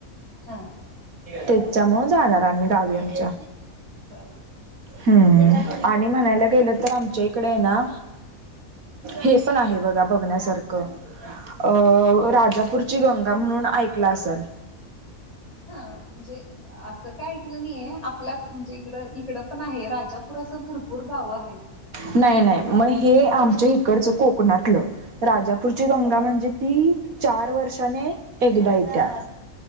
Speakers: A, on the left; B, on the right.
A: हम्म.
B: त्याच्यामुळ जाणार आम्ही गावी आमच्या,
A: बर
B: हम्म. आणि म्हणायला गेलं तर आमच्या इकडेय ना हे पण आहे बघा बघण्यासारखं अ राजापूरची गंगा म्हणून ऐकला असल?
A: हा म्हणजे असं काय ऐकलं नाहीय आपल्या म्हणजे इकडं, इकडं पण आहे राजा पूर असं भरपूर गावं आहेत.
B: नाही, नाही म हे आमच्या इकडचं कोकणातलं राजा पूरची गंगा
A: बरं
B: म्हणजे ती चार वर्षाने एकदा येत्या.